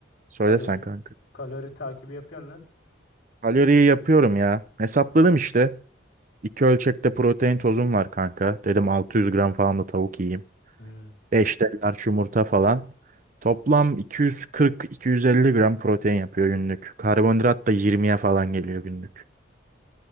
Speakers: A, on the right; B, on the left.
A: Söylesen
B: kalori
A: kanka.
B: kalori takibi yapıyorsun da.
A: Kaloriyi yapıyorum ya. Hesapladım işte. İki ölçekte protein tozum var kanka. Dedim 600 gram falan da tavuk yiyeyim.
B: Hmm.
A: 5 de large yumurta falan. Toplam 240-250 gram protein yapıyor günlük. Karbonhidrat da 20'ye falan geliyor günlük.